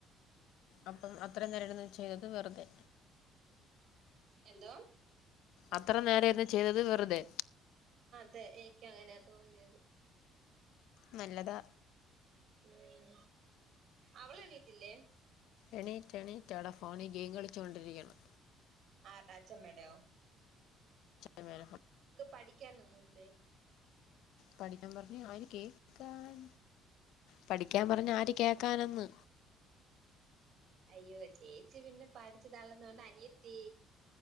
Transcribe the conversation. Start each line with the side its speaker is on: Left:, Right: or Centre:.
Left: അപ്പം അത്രയും നേര ഇര്ന്ന് ചേറ്ത് പ വെറുതെ
Right: എന്തോ
Left: അത്രം നേര ര്ന്ന് ചെയ്തത് വെർ അതെ
Right: തെ ഇനിക്കു അങ്ങനെ തോന്നിയത്
Left: ന്നല്ലതാ
Right: ഉം അവള് എണീറ്റില്ലേ
Left: എണീറ്റ് എണീറ്റ് അവളാ ഫോണി ഗെയിം കളിച്ചോണ്ടിരിക്ക്ണ്
Right: ആര്ടാ അച്ചമ്മ ടെ
Left: എങ്ങനെ
Right: പഠിക്കാനൊന്നുല്ലെ
Left: പഠിക്കാൻ പറ അയിന് ആയ്ന് കേക്കാൻ പഠിക്യാൻ പറഞ്ഞ ആര് കേക്കാനന്ന്
Right: അയ്യോ ചേച്ചി പിന്നെ പഠിച്ചു തള്ള്ന്നോണ്ട് അനിയത്തി